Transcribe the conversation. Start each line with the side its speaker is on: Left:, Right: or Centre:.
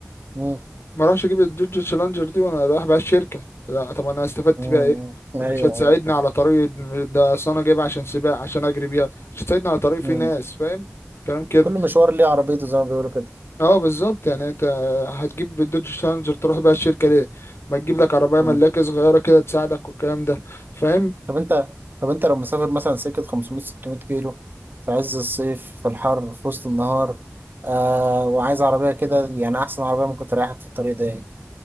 Right: مم،
Left: ما اروحش اجيب الدوج شالنجر دي وانا رايح بقى الشركه لا طب انا استفدت
Right: مم،
Left: بيها ايه مش
Right: ايوه
Left: هتساعدني
Right: ايوه
Left: على طريق ده اصل انا جايبها عشان سباق عشان اجري بيها مش هتساعدني على طريق
Right: مم.
Left: فيه ناس فاهم كلام كده
Right: كل مشوار ليه عربيته زي ما بيقولوا كده
Left: اه بالظبط يعني انت هتجيب الدوج شانجر تروح بقى الشركه ليه ما تجيب لك عربيه
Right: مم.
Left: ملاكه صغيره كده تساعدك والكلام ده فاهم
Right: طب انت طب انت لو مسافر مثلا سكة 500 600 كيلو في عز الصيف في الحر في وسط النهار آه وعايز عربية كده يعني أحسن عربية ممكن تريحك في الطريق ده يعني